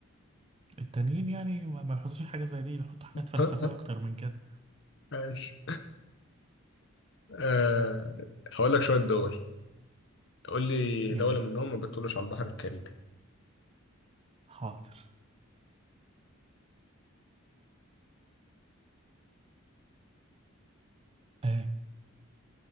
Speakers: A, on the right; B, on the left.
A: التانيين يعني ما ما يحطوش حاجة زي دي بيحطوا حاجات
B: <laughs>
A: فلسفية أكتر من كده
B: ماشي أه هقول لك شوية دول قول لي
A: جميل
B: دولة منهم ما بتطلش على البحر الكاريبي
A: حاضر آه